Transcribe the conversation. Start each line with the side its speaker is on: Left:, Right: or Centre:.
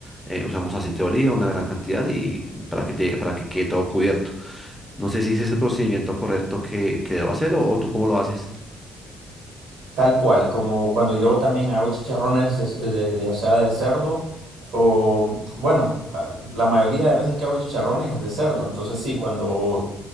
Centre: eh, usamos aceite de oliva, una gran cantidad, y para que te, para que quede todo cubierto. No sé si ese es el procedimiento correcto que, que debo hacer o o tú cómo lo haces.
Right: Tal cual, como cuando yo también hago chicharrones de, de, de- o sea, de cerdo, o bueno, a- la mayoría de veces que hago chicharrones es de cerdo, entonces sí, cuando